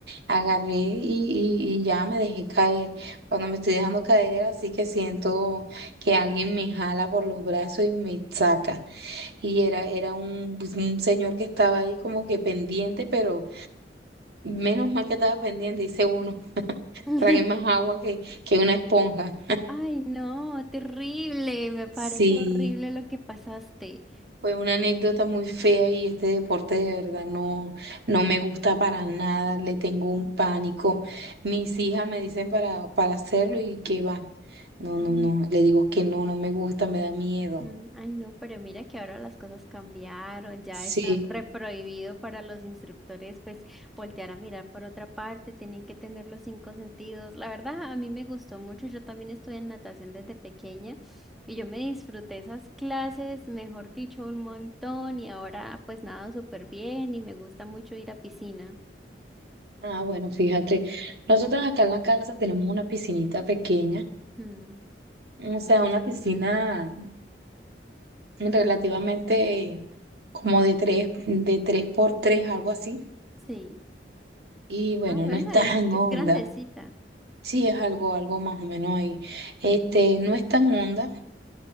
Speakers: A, on the right; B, in the centre.
A: Agarré y, y y ya me dejé caer. Cuando me estoy dejando caer, así que siento que alguien me jala por los brazos y me saca. Y era, era un, pues, un señor que estaba ahí como que pendiente, pero menos mal que estaba pendiente, dice uno,
B: Mm.
A: tragué más
B: <laughs>
A: agua que, que una esponja.
B: Ay, no, terrible, me parece
A: Sí,
B: horrible lo que pasaste.
A: fue una anécdota muy fea y este deporte de verdad no, no me gusta para nada, le tengo un
B: Mm,
A: pánico. Mis hijas me dicen para, para hacerlo y que va. No,
B: ujú,
A: no, no, le digo que no, no me gusta, me da miedo.
B: mm, Ay, no, pero mira que ahora las cosas cambiaron, ya
A: Sí.
B: está reprohibido para los instructores, pues voltear a mirar por otra parte, tienen que tener los cinco sentidos. La verdad, a mí me gustó mucho, yo también estudié en natación desde pequeña y yo me disfruté esas clases, mejor dicho, un montón y ahora pues nado súper bien y me gusta mucho ir a piscina.
A: Ah, bueno, fíjate, nosotros acá en la casa tenemos una piscinita pequeña,
B: Mm,
A: o sea, una piscina relativamente como de tres, de tres por tres, algo así.
B: Sí.
A: Y bueno,
B: Ah, bueno,
A: no es tan
B: es, es
A: honda,
B: grandecita.
A: sí es algo, algo más o menos ahí. Este, no es tan honda,